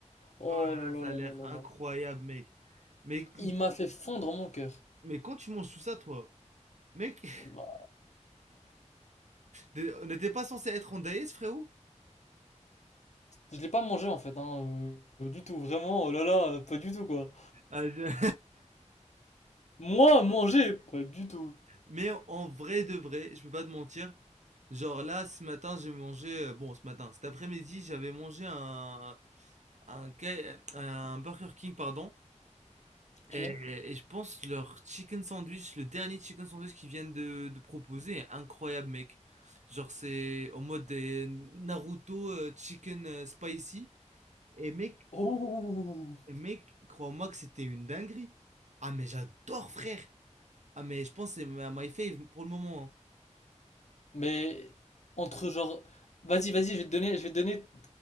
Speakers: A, on the left (about 65°); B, on the right (about 65°).
A: Oh
B: Oh là là,
A: là là
B: ça
A: là
B: a l'air
A: là là
B: incroyable,
A: là.
B: mec. Mais,
A: Il m'a fait fondre mon cœur.
B: mais quand tu manges tout ça, toi, mec, <laughs>
A: Bah,
B: t'es- on n'était pas censé être en diète, frérot?
A: Je l'ai pas mangé en fait, hein, euh, du tout, vraiment, oh là là, pas du tout quoi.
B: Ah, je-
A: Moi, manger, pas du tout.
B: <laughs> Mais en vrai de vrai, je peux pas te mentir. Genre là, ce matin, j'ai mangé. euh, Bon, ce matin, cet après-midi, j'avais mangé un, un, K- un Burger King, pardon. Et,
A: OK.
B: et je pense leur chicken sandwich, le dernier chicken sandwich qu'ils viennent de, de proposer est incroyable, mec. Genre, c'est en mode des Naruto euh, chicken euh, spicy. Et mec,
A: Oh!
B: mec, crois-moi que c'était une dinguerie. Ah, mais j'adore, frère. Ah, mais je pense que c'est ma my fave pour le moment.
A: Mais entre genre vas-y, vas-y, je vais te donner je vais te donner